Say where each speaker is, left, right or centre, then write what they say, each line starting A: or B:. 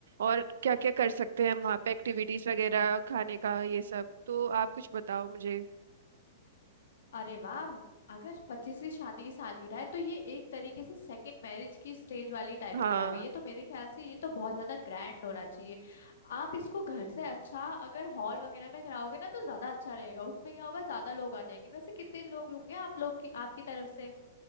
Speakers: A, on the right (about 75°); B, on the left (about 70°).
A: और क्या क्या कर सकते हैं हम वहाँ पे एक्टिविटीज वगैरह खाने का ये सब तो आप कुछ बताओ मुझे
B: अरे वाह अगर पच्चीसवीं शादी की सालगिरह है तो ये एक तरीके से सेकंड मैरिज की स्टेज वाली टाइप
A: हाँ
B: की आ गई है तो मेरे ख्याल से ये तो बहुत ज्यादा ग्रैंड होना चाहिए आप इसको घर से अच्छा अगर हॉल वगैरह में कराओगे ना तो ज्यादा अच्छा रहेगा उसमें क्या होगा ज्यादा लोग आ जाएंगे वैसे कितने लोग होंगे आप लोग की आपकी तरफ से